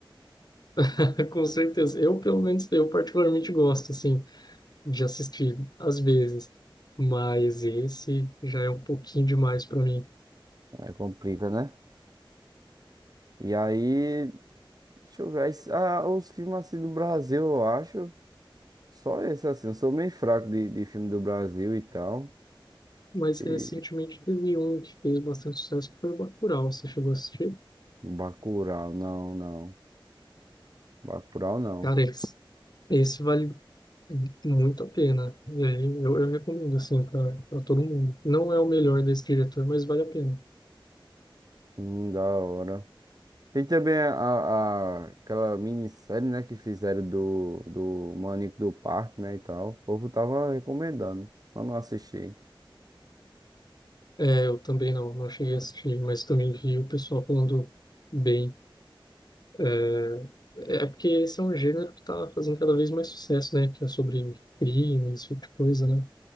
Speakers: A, on the left (about 50°); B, on the right (about 45°).
A: <laughs> Com certeza. Eu, pelo menos, eu particularmente gosto, assim, de assistir, às vezes. Mas esse já é um pouquinho demais para mim.
B: Aí complica, né? E aí, deixa eu ver. aí s- ah, os filmes assim do Brasil, eu acho. Só esse assim. Eu sou meio fraco de, de filme do Brasil e tal.
A: Mas
B: E
A: recentemente teve um que fez bastante sucesso, que foi o Bacurau. Você chegou a assistir?
B: Bacurau, não, não. Bacurau, não.
A: Cara, esse, esse vale Muito a pena. E aí eu, eu recomendo, assim, para todo mundo. Não é o melhor desse diretor, mas vale a pena.
B: Hum, da hora. Tem também a, a- aquela minissérie, né, que fizeram do, do Maníaco do Parque, né, e tal. O povo tava recomendando, mas não assisti.
A: É, eu também não, não cheguei a assistir, mas também vi o pessoal falando bem. É, é porque esse é um gênero que tá fazendo cada vez mais sucesso, né? Que é sobre crime, esse tipo de coisa, né?